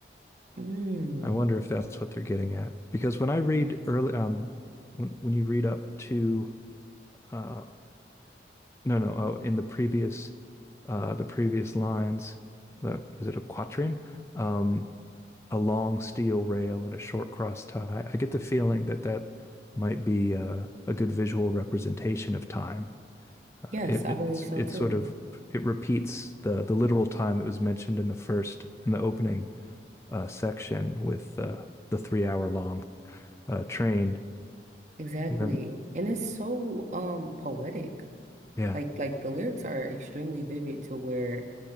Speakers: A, on the right; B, on the left.
A: Mm.
B: I wonder if that's what they're getting at. Because when I read early, um, when when you read up to uh, no no oh in the previous uh, the previous lines, the is it a quatrain? Um, a long steel rail and a short cross tie. I get the feeling that that might be uh, a good visual representation of time. Uh,
A: Yes,
B: it,
A: I
B: it's
A: believe so
B: it's
A: too.
B: sort of it repeats the the literal time that was mentioned in the first in the opening uh, section with uh, the three hour long uh, train.
A: Exactly.
B: And then,
A: And it's so um poetic.
B: yeah.
A: Like, like the lyrics are extremely vivid to where